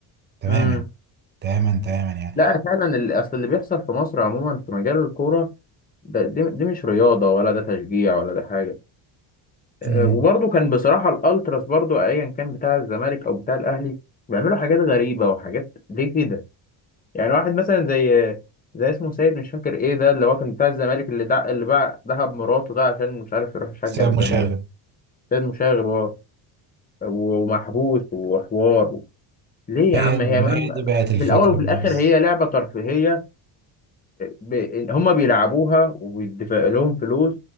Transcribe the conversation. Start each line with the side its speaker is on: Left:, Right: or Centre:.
Right: تماما
Left: امم
Right: تماما تماما يعني
Left: لا فعلا ال- اصل اللي بيحصل في مصر عموما في مجال الكوره ده دي, دي مش رياضه ولا ده تشجيع ولا ده حاجه آه،
Right: أمم،
Left: وبرضه كان بصراحة الالتراس برضه ايا كان بتاع الزمالك او بتاع الاهلي بيعملوا حاجات غريبة وحاجات ليه كده يعني واحد مثلا زي زي اسمه سيد مش فاكر ايه ده اللي هو كان بتاع الزمالك اللي دع... اللي باع ذهب مراته ده عشان مش عارف يروح يشجع
Right: بسبب
Left: الزمالك
Right: مشاغب
Left: سيد مشاغب هو و- ومحبوس وحوار ليه
Right: هي
Left: يا عم
Right: ما
Left: هي من...
Right: هي دي بقت الفكرة
Left: في الاول وفي
Right: بس
Left: الاخر هي لعبة ترفيهية ب... هم بيلعبوها وبيدفع لهم فلوس